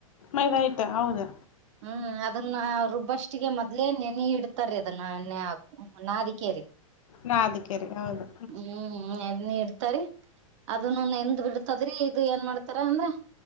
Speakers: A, on the left (about 70°); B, on the right (about 55°).
A: ಮೈದಾ ಹಿಟ್ಟ ಹೌದು
B: ಹ್ಮ್ ಅದನ್ನ ರುಬ್ಬಷ್ಟಿಗೆ ಮೊದಲೇ ನೆನ ಇಡ್ತಾರೆ ಅದನ್ನ ಎಣ್ಣೆ ಹಾಕ್ ಹ್ಮ ನಾದಿಕೇರಿ
A: ನಾದಿಕೇರಿ ಹೌದು
B: ಹ್ಮ್ ನೆನಯೀ ಇಡ್ತರಿ ಅದ ನ ಎಂದ್ ಬಿಡ್ತದ್ರಿ ಇದು ಏನ್ ಮಾಡ್ತಾರ ಅಂದ್ರೆ